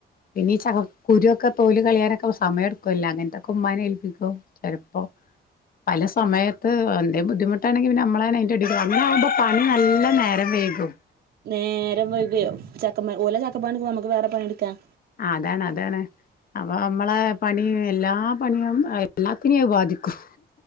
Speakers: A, on the left; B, on the right.
A: പിന്നീ ചക്ക കുരു ഒക്ക തോല് കളിയാനൊക്കസമയ എടുക്കല്ല അങ്ങനത്തൊക്കെ ഉമ്മാന് ഏല് ൾക്കും ചെലപ്പോ പല സമയത്ത് ദേ ബുദ്ധിമുട്ടാണെങ്കി പിന്ന അമ്മളെന്നെ അയിൻ്റെ അടീല് അങ്ങനെയാകുമ്പം പണി നല്ല നേരം വൈകും
B: നേരം വൈകേ ചക്കമ്മേ ഓലൽ ആക്കപ്പാണ് നമുക്ക് വേറെ പണിയെടുക്കാം
A: അതാണ് അതാണ് അപ്പൊ നമ്മള് പണി വെ എല്ലാ പണിയും എല്ലാത്തിനെയും അത് ബാധിക്കും